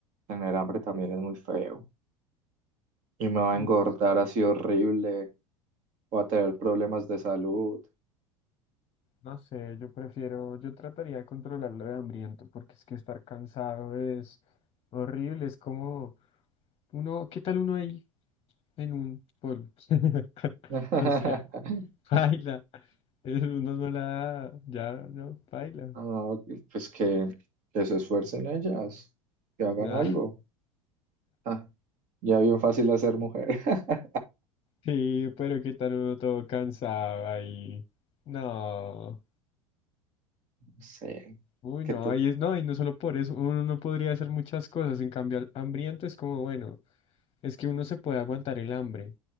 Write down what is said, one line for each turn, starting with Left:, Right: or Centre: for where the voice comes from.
Right: Tener hambre también es muy feo. Y me va
Left: <laughs>
Right: a engordar
Left: Uf, sí.
Right: así horrible, voy a tener problemas de salud.
Left: No sé, yo prefiero, yo trataría de controlar lo de hambriento porque es que estar cansado es horrible, es como uno, ¿qué tal uno ahí? en un polvo. <laughs>
Right: <laughs>
Left: O sea, baila. Uno no la da, ya no, baila.
Right: No, pues que, que se esfuercen ellas, que hagan
Left: Ah,
Right: algo. Ah, ya bien fácil hacer mujer. <laughs>
Left: sí, pero qué tal uno todo cansado ahí. No.
Right: No sé,
Left: Uy,
Right: que
Left: no,
Right: te...
Left: y es, no, y no solo por eso, uno no podría hacer muchas cosas. En cambio, al hambriento es como, bueno, es que uno se puede aguantar el hambre,